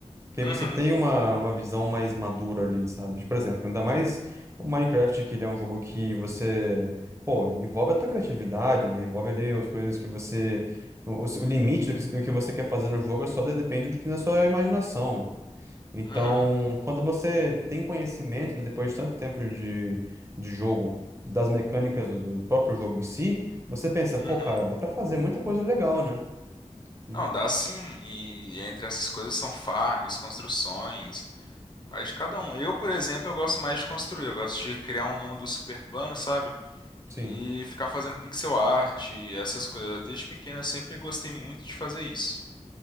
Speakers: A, on the right; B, on the left.
A: Que
B: Uhum.
A: aí você tem uma, uma visão mais madura ali, sabe? Tipo, Por exemplo, ainda mais o Minecraft, que ele é um jogo que você, pô, envolve a tua criatividade, né? Envolve ali as coisas que você. O, o limite do que, do que você quer fazer no jogo é só de- depende do que da sua imaginação. Então,
B: Uhum,
A: quando você tem conhecimento, né, depois de tanto tempo de, de jogo, das mecânicas do, do próprio jogo em si, você pensa, pô,
B: uhum.
A: cara, dá pra fazer muita coisa legal, né? E-
B: Não, dá sim. E entre essas coisas são farms, construções, Vai de cada um. Eu, por exemplo, eu gosto mais de construir. Eu gosto de criar um mundo super plano, sabe?
A: sim.
B: E ficar fazendo pixel art, e essas coisas. Desde pequeno eu sempre gostei muito de fazer isso.